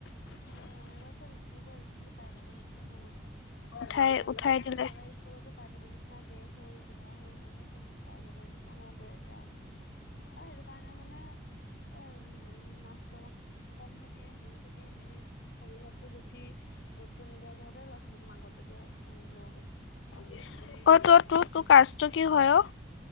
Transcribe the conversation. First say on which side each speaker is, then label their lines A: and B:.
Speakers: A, on the left; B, on the left.
A: অ', এইবাৰ চব স্কুলবোৰ আজিকালি প্ৰাইভেটৰ নিচিনা হৈ গ'ল।
B: উঠাই
A: আও
B: উঠাই
A: কিছুমান
B: দিলে
A: চৰকাৰী স্কুলতো প্ৰাইভেট ৰ নিচিনা ড্ৰেছ হ'ল, কিবা হ'ল। মানে সব প্ৰাইভেটৰ নিচিনা হৈ গৈ আছে আৰু। অ', হেইটো কাৰণে মানে আ-মা-মাষ্ট-মাষ্ কম থাকে <unintelligible> থাকে সেইকৰনে শিক্ষা বিভাগতো বেছি গু গুৰুত্ব নিদিয়া যহঁতে ল'ৰা ছোৱালী মাক-বাপেকে হেই লৈ গৈছে।
B: অ', তো-তো-তো-তোৰ কাষ্টটো কি হয় অ'?